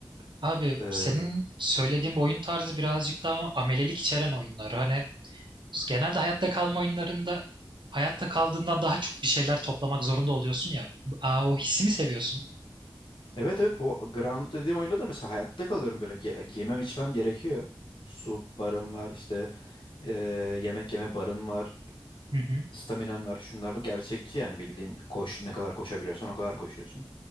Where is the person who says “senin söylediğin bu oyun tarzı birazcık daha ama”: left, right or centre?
Right